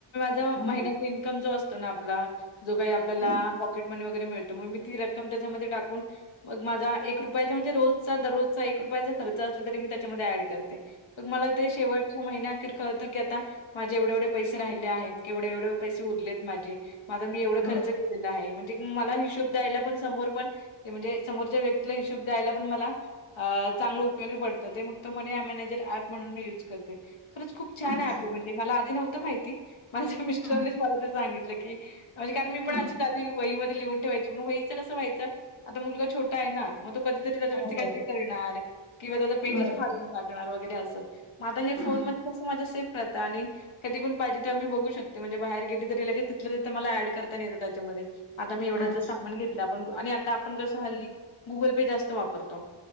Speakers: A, on the left; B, on the left.
A: जो
B: हो.
A: महिन्याचा इन्कम असतो ना आपला, जो काही आपल्याला
B: हं.
A: पॉकिट मनी वगैरे मिळतो, मग मी ती रक्कम त्याच्यामध्ये टाकून मग माझा एक रुपयाचा म्हणजे रोजचा दररोजचा एक रुपयाचा खर्च असला, तरी मी त्याच्यामध्ये ऍड करते. मग मला ते शेवटच्या महिन्या अखेर कळतं की आता, माझे एवढे -एवढे पैसे राहिले आहेत. कि एवढे- एवढे पैसे उरलेत माझे, म आता मी एवढं
B: हो.
A: खर्च केलेला आहे म्हणजे मला हिशोब द्यायला पण समोर पण ते म्हणजे, समोरच्या व्यक्तीला हिशोब द्यायला पण मला अं चांगलं उपयोगी पडतं ते, मग त मनी मॅनेजर ऍप म्हणून मी युज करते. खरंच खूप छान
B: अच्छा.
A: आहे एप म्हणजे मला आधी नव्हतं माहिती, माझ्या मिस्टरनीचं
B: हां.
A: मला ते सांगितलं की म्हणजे कारण मी पण अशीच
B: ओके.
A: आधी वही मध्ये लिहून ठेवायचे. म वही च व्हायचं कसं व्हायचं, आता मुलगा छोटा आहे ना म ती कधी त्याच्यावरती
B: हो,
A: काहीतरी
B: हो.
A: करणार, किंवा त्याचा पेजेस्
B: बरोबर.
A: फाडून टाकणार वगैरे असं. म आता हे
B: हां.
A: फोन मध्ये कसं माझा सेफ राहतं, आणि कधी पण पाहिजे तेव्हा मी बघू शकते म्हणजे बाहेर गेली तरी लगेच तिथंल्या तिेथं मला ऍड करता येत त्याच्यामध्ये आता मी एवढ्याच
B: अच्छा.
A: सा म्हणून घेतलं, आपण आणि आता आपण कसं हल्ली गुगल पे जास्त वापरतो.